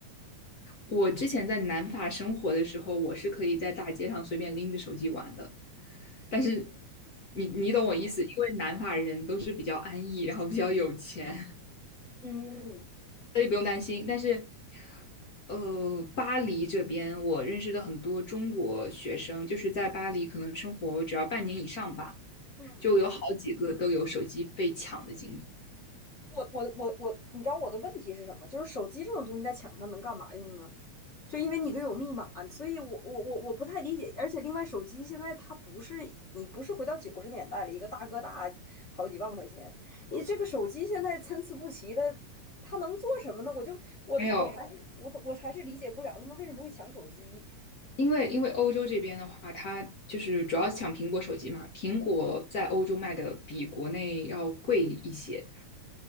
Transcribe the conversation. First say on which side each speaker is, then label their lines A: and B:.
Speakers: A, on the left (about 85°); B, on the left (about 45°).
A: 我之前在南法生活的时候，我是可以在大街上随便拎着手机玩的，但是你你懂我意思，
B: <laughs> 嗯
A: 因为南法人都是比较安逸，然后比较有钱，
B: 嗯
A: 所以不用担心。但是，呃，巴黎这边我认识的很多中国学生，就是在巴黎可能生活只要半年以上吧，
B: 嗯，
A: 就有好几个都有手机被抢的经历。
B: 我我我我，你知道我的问题是什么？就是手机这种东西，在抢它能干嘛用呢？就因为你都有密码，所以我我我我不太理解。而且另外，手机现在它不是你不是回到九十年代了，一个大哥大好几万块钱，你这个手机现在参差不齐的，它能做什么呢？我就我他我还是我我还是理解不了他们为什么会抢手机。
A: 没有，因为因为欧洲这边的话，它就是主要抢苹果手机嘛，苹果在欧洲卖的比国内要贵一些。